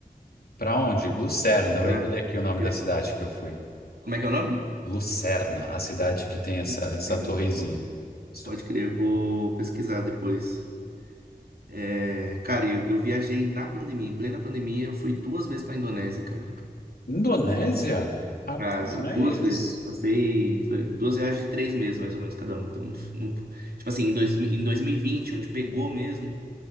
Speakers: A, on the left (about 75°); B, on the right (about 75°).
A: Pra onde? Lucerna.
B: Pra-
A: Lembrei aqui o nome
B: eu-
A: da cidade que eu fui.
B: Como é que é o nome?
A: Lucerna, a cidade que tem essa,
B: Putz,
A: essa
B: aí, né?
A: torrezinha. Isso-
B: Pode crer, eu vou pesquisar depois. É, cara, eu, eu viajei na pandemia, em plena pandemia, eu fui duas vezes pra Indonésia, cara.
A: Indonésia? Rapaz.
B: Quase, duas vezes. Passei, foi duas viagens de três meses, mais ou menos, cada uma. Então, um- um- tipo assim, em, dois, mi- em 2020 onde pegou mesmo,